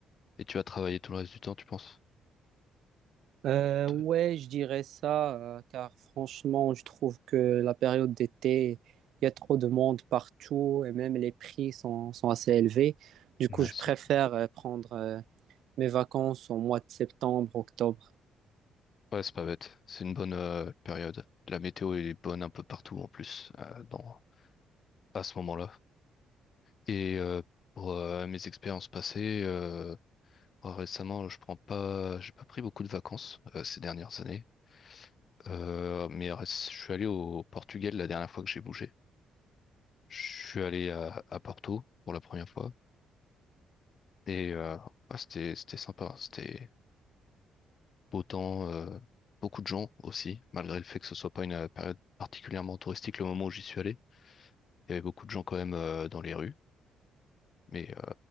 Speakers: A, on the left; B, on the right.
A: et tu vas travailler tout le reste du temps, tu penses?
B: Euh,
A: Te-
B: ouais, je dirais ça, euh, car franchement, je trouve que la période d'été, il y a trop de monde partout et même les prix sont, sont assez élevés. Du
A: mince.
B: coup, je préfère euh, prendre euh, mes vacances au mois de septembre, octobre.
A: Ouais, c'est pas bête. C'est une bonne euh, période. La météo est bonne un peu partout en plus, euh, dans à ce moment-là. Et euh, pour euh, mes expériences passées, euh, bah, récemment, je prends pas, j'ai pas pris beaucoup de vacances euh, ces dernières années. Euh, mais reste- je suis allé au Portugal la dernière fois que j'ai bougé. Je suis allé à, à Porto pour la première fois et euh, ouais, c'était c'était sympa. hein. C'était beau temps, euh, beaucoup de gens aussi, malgré le fait que ce soit pas une euh, période particulièrement touristique. Le moment où j'y suis allé, il y avait beaucoup de gens quand même euh, dans les rues, mais